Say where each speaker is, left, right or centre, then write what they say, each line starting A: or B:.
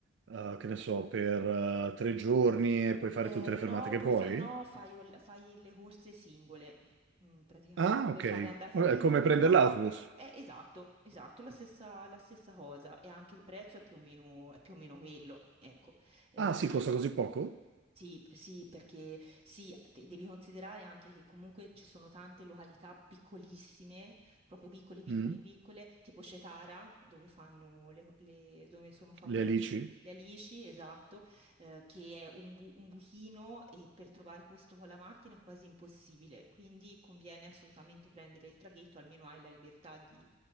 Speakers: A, on the right; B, on the right.
A: eh, che ne so, per eh, tre giorni e puoi fare
B: Eh,
A: tutte
B: no,
A: le fermate che
B: puoi
A: puoi?
B: fa- no, fai, ol- fai le corse singole, mm, praticamente.
A: Ah,
B: Puoi
A: ok.
B: fare andata
A: Vabbè,
B: e ritorno.
A: È come prendere l'autobus.
B: Eh, esatto, esatto, la stessa, la stessa cosa. E anche il prezzo è più o meno, è più o meno quello. Ecco. Eh,
A: Ah, sì, costa così poco?
B: sì, sì, perché sì, de- devi considerare anche che comunque ci sono tante località piccolissime, proprio piccole, piccole,
A: Mm,
B: piccole, tipo Cetara, dove fanno le, le- dove sono famose
A: Le alici?
B: le, le alici, esatto, eh, che è un, bu- un buchino e per trovare posto con la macchina è quasi impossibile, quindi conviene assolutamente prendere il traghetto, almeno hai la libertà di